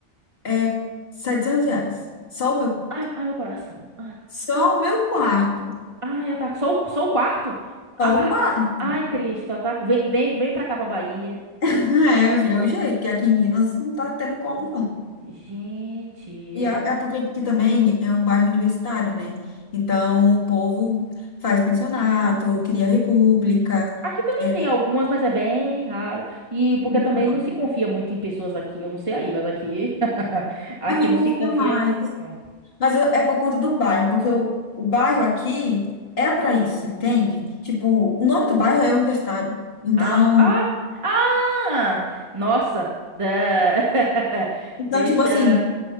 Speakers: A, on the left (about 60°); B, on the right (about 25°).
A: é setecentos 700 reais. Só o meu quarto.
B: Ai, ai, meu coração. Ai.
A: Só o meu quarto.
B: Ai, ataco. Só o, só o quarto? Ata...
A: Só o quarto.
B: Ai,
A: <laughs>
B: Cristo, ataco. Vem, vem, vem pra cá, pra Bahia.
A: É, meu filho, é o jeito, que aqui em Minas não tá tendo como, não.
B: Gente.
A: E
B: é,
A: é é porque aqui também é um bairro universitário, né? Então o povo faz pensionato, cria república.
B: Aqui também
A: é,
B: tem algumas, mas é bem raro. E porque também
A: não.
B: não se confia muito em pessoas aqui. Eu não sei aí, mas aqui. <laughs> Aqui
A: Aqui
B: não
A: confia
B: se confia
A: mais.
B: muito, não.
A: Mas é é por conta do bairro, porque o, o bairro aqui é para isso, entende? Tipo, o nome do bairro é Universitário. Então,
B: Ah, ah, ah! Nossa! Da- <laughs>
A: então,
B: Deixa.
A: tipo assim,